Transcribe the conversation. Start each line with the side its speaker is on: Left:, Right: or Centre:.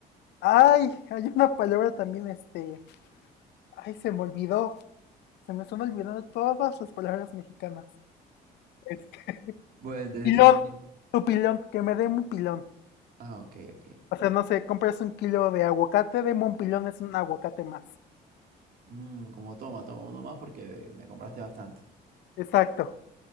Left: Ay, hay una palabra también, este. Ay, se me olvidó. Se me están olvidando todas las palabras mexicanas. Este,
Right: Bueno, entonces
Left: pilón.
Right: dime, dime.
Left: Tu pilón, que me dé un pilón.
Right: Ah, ok, ok.
Left: O sea, no sé, compras un kilo de aguacate, deme un pilón, es un aguacate más.
Right: Mm, como toma, toma uno más porque me compraste bastante.
Left: Exacto.